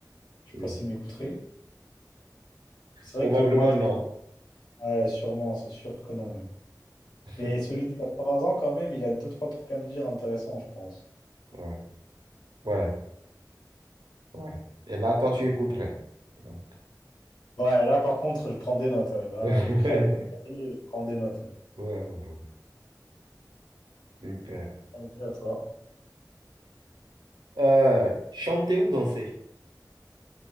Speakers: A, on the left; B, on the right.
A: Je sais
B: Oui.
A: pas s'il m'écouterait. C'est
B: Probablement
A: vrai que le mois de...
B: non.
A: Ouais, sûrement, c'est sûr que non même.
B: <laughs>
A: Mais celui de 80 ans quand même, il a deux trois trucs à me dire intéressants, je pense.
B: Ouais. Ouais. Ouais. Et là, toi, tu écouterais. Donc.
A: Ouais, là par contre, je prends des notes. ouais. Là,
B: <laughs>
A: j'écris avec un cahier, je prends des notes. ouais.
B: Ouais, ouais, ouais. Super.
A: Vas-y, à toi.
B: Euh, chanter ou danser?